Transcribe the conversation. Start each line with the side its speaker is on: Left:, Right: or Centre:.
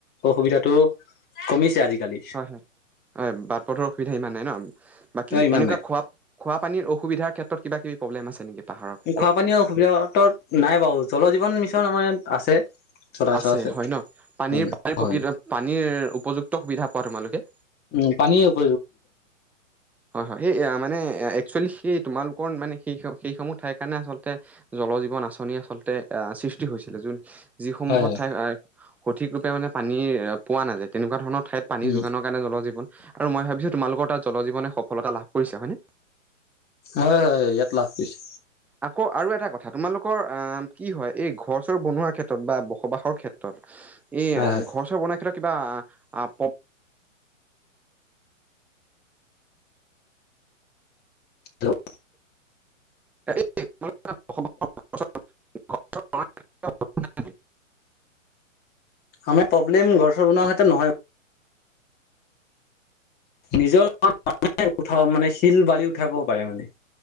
Left: অসুবিধাটো কমিছে আজি কালি
Centre: হয় হয় হয়, বাট পথৰ অসুবিধা ইমান নাই ন' বাকী
Left: ইমান
Centre: এনেকুৱা
Left: নাই
Centre: খোৱা খোৱা পানীৰ অসুবিধাৰ ক্ষেত্ৰত কিবা কিবি প্ৰব্লেম আছে? নেকি পাহাৰৰ ক্ষেত্ৰত
Left: খোৱাপানীৰ অসুবিধা ত' নাই বাৰু জল জীৱন মিছন আমাৰ ইয়াত আছে। চলাই
Centre: আছে
Left: থোৱা
Centre: হয় ন' পানীৰ
Left: হয়
Centre: পানীৰ
Left: হয়।
Centre: প্ৰকৃত পানীৰ উপযুক্ত সুবিধা পোৱা তোমালোকে?
Left: উম, পানী উপ
Centre: হয়, হয়, সে মানে একচুৱেলি সেই তোমালোকৰ মানে সেই সেই সমূহ ঠাইৰ কাৰণে আচলতে জল জীৱন আঁচনি আচলতে আ, সৃষ্টি হৈছিলে যোন যিসমূহত
Left: হয় হয়
Centre: ঠাই আ সঠিক ৰূপে মানে পানী পোৱা নাযায় তেনেকুৱা ধৰণৰ ঠাইত পানী
Left: উম
Centre: যোগানৰ কাৰণে জল জীৱন আৰু মই ভাবিছো তোমাৰ লোকৰ তাত জল জীৱনে সফলতা লাভ কৰিছে হয় নে?
Left: হয়, হয় ইয়াত লাভ দিছে
Centre: আকৌ আৰু এটা কথা তোমালোকৰ আ, কি হয় এই ঘৰ চৰ বনোৱা ক্ষেত্ৰত বা বসবাসৰ ক্ষেত্ৰত এই
Left: হয় হয়
Centre: ঘৰ চৰ বনাই থলে কিবা আ
Left: হেল্ল'
Centre: <unintelligible> <inaudible>
Left: আমাৰ প্ৰব্লেম ঘৰ চৰ বনোৱা হৈতে নহয় নিজৰ উঠা মানে শিল বালি উঠাব পাৰে মানে।